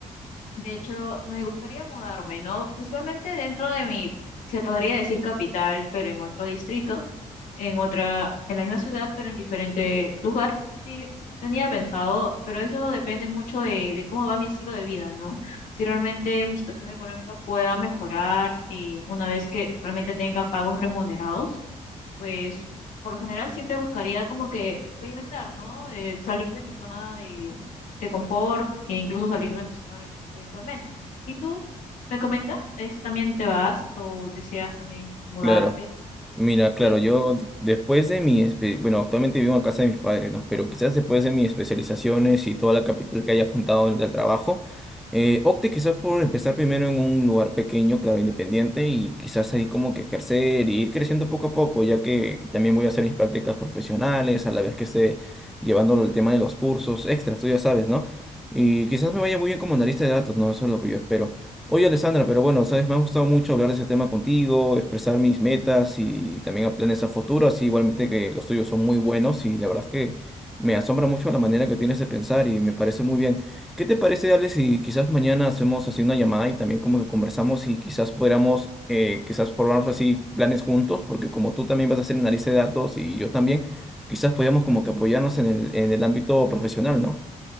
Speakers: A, on the left; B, in the centre.
A: De hecho, me gustaría mudarme, ¿no? Principalmente dentro de mi, se podría decir capital, pero en otro distrito. en otra, en la misma ciudad, pero en diferente lugar. Sí, tenía pensado, pero eso depende mucho de, de cómo va mi estilo de vida, ¿no? Si realmente mi situación económica pueda mejorar eh, una vez que realmente tenga pagos remunerados, pues por lo general siempre buscaría como que experimentar, ¿no? Eh, salir de mi zona de, de confort e incluso salir de mi zona en la que estoy actualmente. ¿Y tú me comentas? ¿Es, también te vas o deseas también mudarte?
B: Claro. Mira,
A: ¿Sí?
B: claro, yo después de mi, espe- bueno, actualmente vivo en casa de mis padres, ¿no? Pero quizás después de mis especializaciones y toda la capital que haya juntado durante el trabajo, eh, opte quizás por empezar primero en un lugar pequeño, claro, independiente, y quizás ahí como que ejercer y ir creciendo poco a poco, ya que también voy a hacer mis prácticas profesionales, a la vez que esté llevando el tema de los cursos extras, tú ya sabes, ¿no? Y quizás me vaya muy bien como analista de datos, ¿no? Eso es lo que yo espero. Oye, Alessandra, pero bueno, sabes, me ha gustado mucho hablar de ese tema contigo, expresar mis metas y también a planes a futuro, así igualmente que los tuyos son muy buenos y la verdad es que me asombra mucho la manera que tienes de pensar y me parece muy bien. ¿Qué te parece, Ale, si quizás mañana hacemos así una llamada y también como que conversamos y quizás podamos, eh, quizás probarnos así planes juntos, porque como tú también vas a hacer análisis de datos y yo también, quizás podamos como que apoyarnos en el, en el ámbito profesional, ¿no?